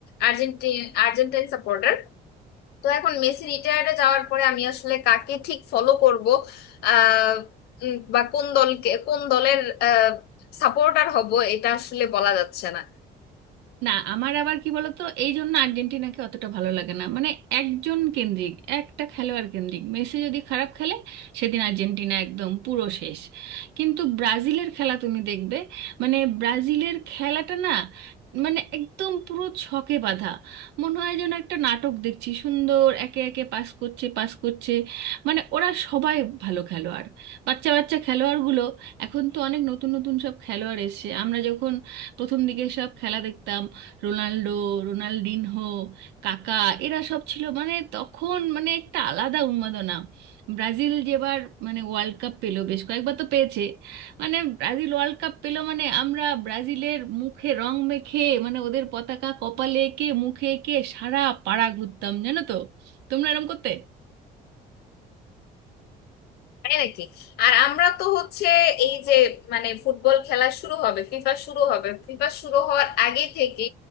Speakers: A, on the left; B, on the right.
A: আর্জেন্টিন আর্জেন্টাইন সাপোর্টার তো এখন মেসি রিটায়ার্ডে যাওয়ার পরে আমি আসলে কাকে ঠিক ফলো করব আহ উম, বা কোন দলকে কোন দলের সাপোর্টার হব এটা আসলে বলা যাচ্ছে না
B: না আমার আবার কি বলতো এই জন্য আর্জেন্টিনাকে অতটা ভালো লাগে না মানে একজন কেন্দ্রিক একটা খেলোয়াড় কেন্দ্রিক মেসি যদি খারাপ খেলে সেদিন আর্জেন্টিনা একদম পুরো শেষ কিন্তু ব্রাজিলের খেলা তুমি দেখবে মানে ব্রাজিলের খেলাটা না মানে একদম পুরো ছকে বাঁধা মনে হয় যেন একটা নাটক দেখছি সুন্দর একে একে পাস করছে পাস করছে মানে ওরা সবাই ভালো খেলোয়াড় বাচ্চা বাচ্চা খেলোয়াড়গুলো এখন তো অনেক নতুন নতুন সব খেলোয়াড় এসেছে আমরা যখন প্রথম দিকে সব খেলা দেখতাম রোনাল্ডো রোনাল্ডিনহো কাকা এরা সব ছিল মানে তখন মানে একটা আলাদা উন্মাদনা ব্রাজিল যেবার মানে ওয়ার্ল্ড কাপ পেলো বেশ কয়েকবার তো পেয়েছে মানে ব্রাজিল ওয়ার্ল্ড কাপ পেলো মানে আমরা ব্রাজিলের মুখে রং মেখে মানে ওদের পতাকা কপালে এঁকে মুখে এঁকে সারা পাড়া ঘুরতাম জানো তো তোমরা এরম করতে
A: তাই নাকি আর আমরা তো হচ্ছে এই যে মানে ফুটবল খেলা শুরু হবে ফিফা শুরু হবে ফিফা শুরু হওয়ার আগে থেকে